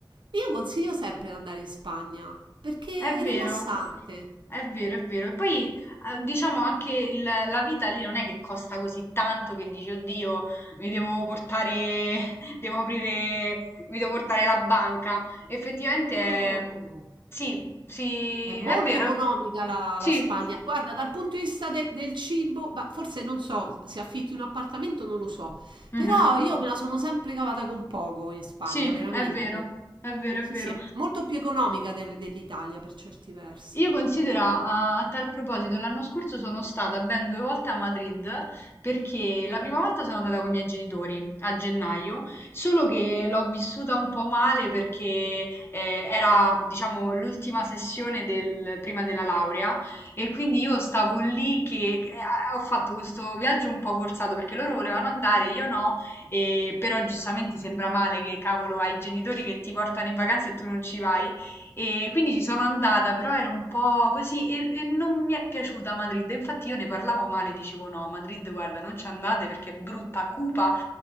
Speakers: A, on the right; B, on the left.
A: io consiglio sempre di andare in Spagna perché
B: È vero,
A: è rilassante.
B: è vero, è vero. E poi eh, diciamo anche il- la vita lì non è che costa così tanto che dici, oddio, mi devo portare, <laughs> devo aprire, mi devo portare la banca. Effettivamente
A: No,
B: è, mm, sì, sì,
A: è molto
B: è vero.
A: economica la,
B: Sì,
A: la Spagna. Guarda, dal punto di vista de- del cibo, ma forse non so se affitti un appartamento, non lo so,
B: mhm,
A: però io me la sono sempre cavata con poco in Spagna,
B: Sì,
A: veramente.
B: è vero, è vero,
A: Sì,
B: è vero.
A: sì, è molto più economica del- dell'Italia per certi versi.
B: Io considera, a, a tal proposito, l'anno scorso sono stata ben due volte a Madrid perché la prima volta sono andata con i miei genitori a gennaio, solo che l'ho vissuta un po' male perché eh, era, diciamo, l'ultima sessione del, prima della laurea e quindi io stavo lì che che, eh, ho fatto questo viaggio un po' forzato perché loro volevano andare, io no, e, però giustamente sembra male che cavolo hai i genitori che ti portano in vacanza e tu non ci vai. E quindi ci sono andata, però era un po' così e, e non mi è piaciuta Madrid. Infatti io ne parlavo male, dicevo no, a Madrid, guarda, non ci andate perché è brutta, cupa.